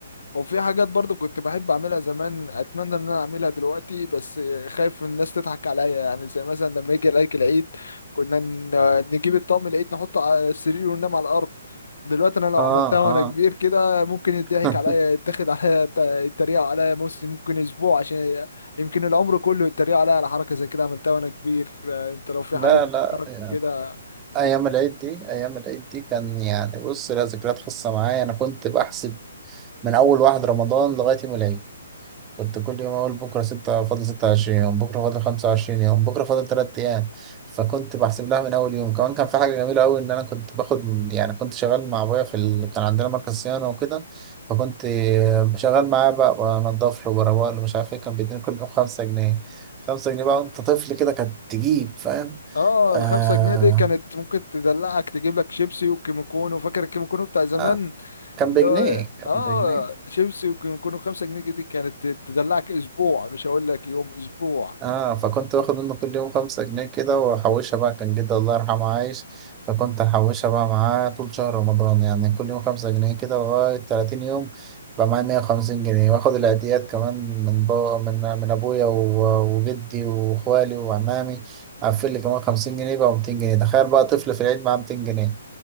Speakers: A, on the left; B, on the right.
A: وفي حاجات برضو كنت بحب اعملها زمان اتمنى ان انا اعملها دلوقتي بس خايف من الناس تضحك عليا يعني زي مثلا لما يجي عليك العيد كنا ن- نجيب الطقم العيد نحطه على السرير وننام على الارض دلوقتي انا لو
B: اه
A: عملتها وانا
B: اه
A: كبير كده ممكن يضحك
B: <laughs>
A: عليا يتاخد عليا ت- يتريقوا عليا بص ممكن اسبوع عشان يمكن العمر كله يتريقوا عليا على حركة زي كده عملتها وانا كبير انت لو في
B: لا
A: حاجة بتفكرك
B: لا يعني
A: كده
B: ايام العيد دي ايام العيد دي كان يعني بص لها ذكريات خاصه معايا انا كنت بحسب من اول واحد رمضان لغايه يوم العيد كنت كل يوم أقول بكرة ستة فاضل ستة وعشرين يوم بكرة فاضل خمسة وعشرين يوم بكرة فاضل تلات أيام فكنت بحسب لها من أول يوم كمان كان في حاجة جميلة أوي إن أنا كنت باخد يعني كنت شغال مع أبويا في ال... كان عندنا مركز صيانة وكده فكنت شغال معاه بقى بنضف له وبروق له مش عارف إيه كان بيديني كل يوم خمسة جنيه خمسة جنيه بقى وأنت طفل كده كانت تجيب فاهم
A: اه الخمسة
B: آه...
A: جنيه دي كانت ممكن تدلعك تجيب لك شيبسي وكيمو كونو فاكر الكيمو كونو بتاع زمان
B: آه. كان
A: اللي
B: بجنيه
A: هو
B: كان
A: اه
B: بجنيه
A: شيبسي وكان يكونوا خمسة جنيه دي كانت تدلعك اسبوع مش هقول لك يوم اسبوع
B: اه فكنت واخد منه كل يوم خمسة جنيه كده واحوشها بقى كان جدي الله يرحمه عايش فكنت احوشها بقى معاه طول شهر رمضان يعني كل يوم خمسة جنيه كده لغاية تلاتين يوم بقى معايا مية وخمسين جنيه واخد العيديات كمان من بابا من من ابويا و- وجدي واخوالي وعمامي قفل لي كمان خمسين جنيه بقى ومتين جنيه تخيل بقى طفل في العيد معاه ميتين جنيه